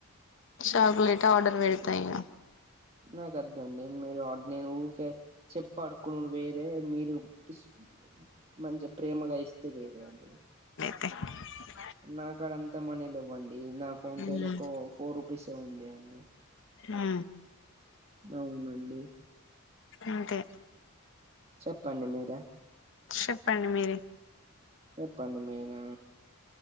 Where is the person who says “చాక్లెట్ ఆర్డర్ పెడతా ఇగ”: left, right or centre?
Left